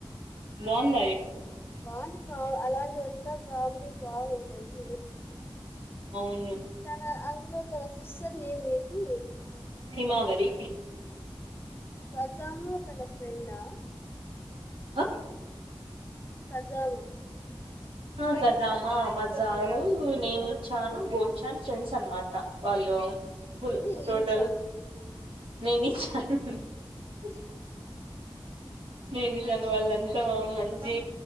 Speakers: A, on the right; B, on the left.
A: బావుందా
B: <unintelligible> అలాంటి అంత కామెడి బాగుంటాయి చూడచు
A: అవును
B: తన అందులో తన సిస్టర్ నేమ్ ఏంటి
A: హిమవరి
B: కజాము <unintelligible> <unintelligible>
A: ఆ
B: కాజైన
A: ఆ సజామా మజా నేను ఇచ్చాను పోచ్చాన ఫ్రెండ్స్ అనమాట వాళ్ళు ఫుల్
B: ఏంది నించానా
A: టోటల్ నీనిచ్చన్ అ నేను జాను వాళ్ళంతా మంచి